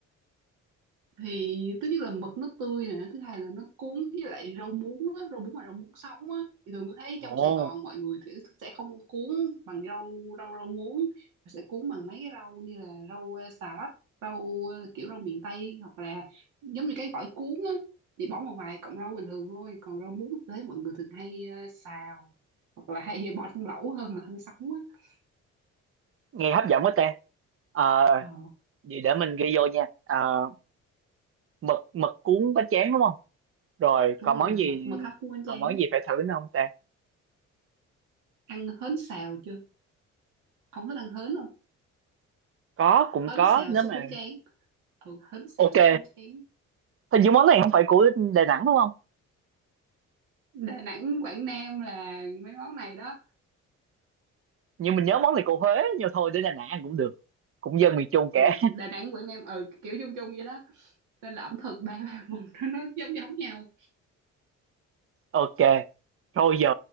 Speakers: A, on the right (about 85°); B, on the right (about 45°).
A: thì thứ nhất là mực nó tươi nè thứ hai là nó cuốn với lại rau muống á, rau muống mà rau muống sống á thì thường có thấy
B: ồ
A: trong Sài Gòn mọi người thì sẽ không cuốn bằng rau rau rau muống mà sẽ cuốn bằng mấy cái rau như là rau ờ, xà lách rau ờ, kiểu rau miền Tây hoặc là giống như cái gỏi cuốn á chỉ bỏ một vài cọng rau bình thường thôi còn rau muống thì thấy mọi người thường hay ờ, xào hoặc là hay bỏ trong lẩu hơn là hơn sống á
B: nghe hấp dẫn quá ta Ờ,
A: ờ
B: vậy để mình ghi vô nha Ờ, mực mực cuốn bánh tráng đúng không rồi
A: đúng
B: còn
A: rồi
B: món gì
A: mực mực hấp cuốn bánh tráng
B: còn món gì phải thử nữa không ta
A: ăn hến xào chưa không thích ăn hến không
B: có cũng
A: hến
B: có
A: xào
B: nếu
A: xúc
B: mà
A: bánh tráng ừ hến xào
B: ok
A: xúc bánh tráng
B: hình như món này không phải của Đà Nẵng đúng không
A: Đà Nẵng Quảng Nam là mấy món này đó
B: nhưng mình nhớ món này của Huế nhưng thôi đến Đà Nẵng ăn cũng được cũng dân miền Trung cả
A: ừ
B: <laughs>
A: Đà Nẵng Quảng Nam ừ kiểu chung chung vậy đó nên là ẩm thực ba ba <laughs> vùng nó nó giống giống nhau
B: ok thôi giờ